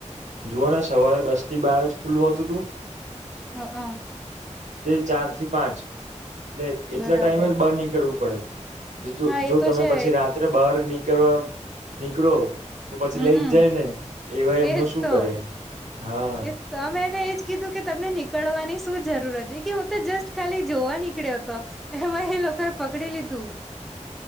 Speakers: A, on the right (about 75°); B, in the centre.
A: જુઓ ને સવારે દસ થી બાર જ ખુલ્લું હોતું તું
B: હ અહ.
A: ચાર થી પાંચ એટલે એટલા
B: બરાબર
A: ટાઈમ જ બાર નીકળવું પડે. જો
B: હા
A: જો
B: એ તો
A: તમે
B: છે
A: પછી રાત્રે બહાર નીકળવા નીકળો તો પછી
B: હમમ
A: લઈ જ જાય ને એવાય એમનું
B: એજ
A: શું
B: તો
A: કરે હા.
B: એ તમે એને એજ કીધું કે તમને નીકળવાની શું જરૂર હતી કે હું તો જસ્ટ ખાલી જોવા નીકળ્યો હતો એમાં એ લો કો એ પકડી લીધું